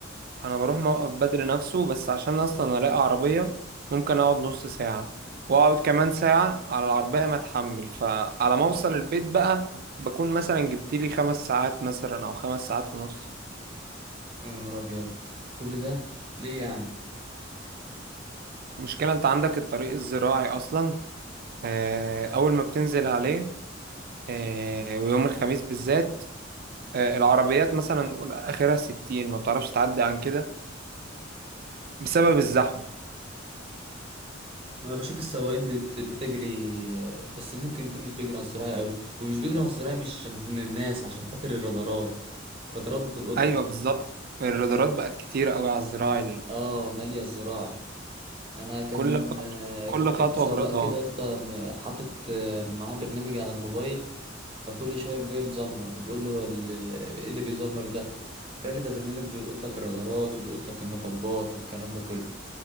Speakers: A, on the right; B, on the right.
A: انا بروح موقف بدري نفسه بس عشان اصلا الاقي عربية ممكن اقعد نص ساعة واقعد كمان ساعة على العربية ما اتحمل فعلى ما اوصل البيت بقى بكون مثلا جبت لي خمس ساعات مثلا او خمس ساعات ونص
B: يا نهار ابيض كل ده ليه يعني
A: المشكلة انت عندك الطريق الزراعي اصلا آه، اول ما بتنزل عليه آه، ويوم الخميس بالذات آه، العربيات مثلا نقول اخرها ستين ما بتعرفش تعدي عن كده بسبب الزحمة
B: انا بشوف السواقين بت... بتجري آه، بس ممكن يكون مش بيجري على الزراعي قوي ومش بيجري على الزراعي مش من الناس عشان خاطر الرادارات الرادارات بتلقطه
A: ايوه بالظبط الرادارات بقت كتير قوي على الزراعي
B: اه ماليه الزراعي انا كان
A: كل خطوة
B: آه،
A: كل
B: كنت
A: خطوة
B: شفت سواق
A: برضاه
B: كده يا اسطى م- حاطط آه، معاه برنامج على الموبايل فكل شويه يقوم جاي مزمر فبقول له هو ال- ايه اللي بيزمر ده فقال لي ده برنامج بيلقط لك الرادارات وبيلقط لك المطبات والكلام ده كله